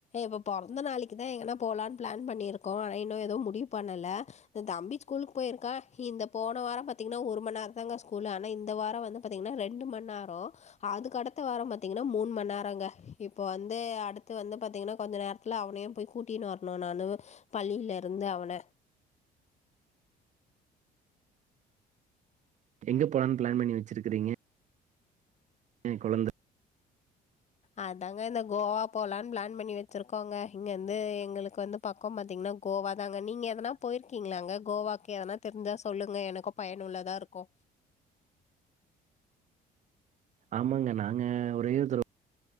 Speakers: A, on the left; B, on the right.
A: இப்போ பொறந்த நாளைக்கி தா எங்கனா போகலான்னு பிளான் பண்ணியிருக்கோ ஆனா இன்னு ஏதோ முடிவு பண்ணல தம்பி ஸ்கூலுக்கு போயிருக்கா இந்த போன வாரம் பாத்திங்கன்னா ஒரு மணநேரம் தாங்க ஸ்கூலு ஆனா இந்த வாரம் வந்து பாத்தீங்கன்னா ரெண்டு மண்நேரோ அதுக்கு அடுத்த வாரம் பாத்தீங்கன்னா மூணு மண்நேரம்ங்க இப்போ வந்து அடுத்து வந்து பாத்தீங்கன்னா கொஞ்சோ நேரத்துல அவனையும் போய் கூட்டினு வரனும் நானு பள்ளில இருந்து அவன
B: எங்க போலான்னு பிளான் பண்ணி வெச்சிருக்றீங்க <unintelligible> கொழந்த
A: அதாங்க இந்த கோவா போலான்னு பிளான் பண்ணி வெச்சிருக்கோங்க இங்கந்து எங்களுக்கு வந்து பக்கோ பாத்தீங்கன்னா கோவா தாங்க நீங்க எதனா போயிருக்கீங்களா கோவாக்கு எதனா தெரிஞ்சா சொல்லுங்க எனக்கோ பயனுள்ளதா இருக்கோ
B: ஆமாங்க நாங்க ஒரே ஒருதர